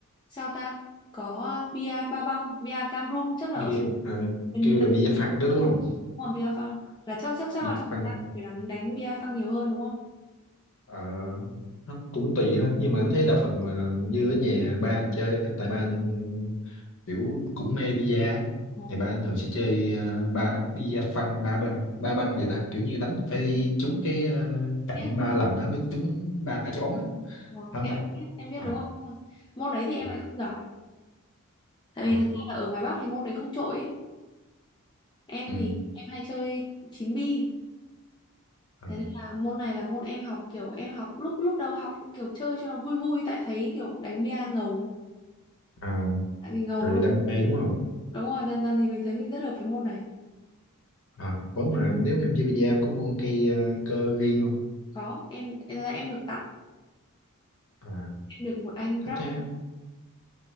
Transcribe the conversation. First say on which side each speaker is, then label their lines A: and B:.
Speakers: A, on the left (about 20°); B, on the left (about 60°).
A: sao ta có ờ, bia ba băng bia Cameroon chắc là
B: bia
A: ở
B: à,
A: miền
B: kêu
A: miền Nam
B: là bia phăng đó đúng không
A: Đúng rồi, bia phăng là chắc chắc chắc
B: bia
A: là trong
B: phăng
A: Việt Nam phải đánh đánh bia phăng nhiều hơn đúng không?
B: à, nó cũng tùy thôi nhưng mà anh thấy đa phần là như ở nhà ba anh chơi á, tại ba anh kiểu cũng mê bia á.
A: Ồ,
B: thì ba anh thường sẽ chơi à, ba bia phăng ba ba ba băng vậy ta kiểu như đánh phải đi trúng cái à, cạnh
A: biết.
B: ba lần á mới trúng ba trái bóng á
A: Ờ,
B: phải
A: Em
B: không ta
A: em biết, em biết
B: à,
A: đúng rồi, đúng rồi. Môn đấy thì em
B: à,
A: lại không giỏi. Tại
B: à,
A: vì thật ra là ở ngoài Bắc thì môn đấy không trội ấy. Em
B: ừ,
A: thì em hay chơi chín bi.
B: à,
A: Thế nên là môn này là môn em học kiểu em học lúc lúc đầu học kiểu chơi cho nó vui vui tại thấy kiểu đánh bia ngầu ấy.
B: à,
A: Tại vì ngầu
B: rồi
A: thôi.
B: đam mê đúng không
A: Đúng rồi, dần dần thì mình thấy mình rất hợp với môn này.
B: À, ủa
A: Là
B: mà nếu em chơi bi em có mua cây ờ, cơ riêng không?
A: Có, em em em được tặng,
B: À,
A: em được một anh
B: thích
A: rap
B: thế.
A: tặng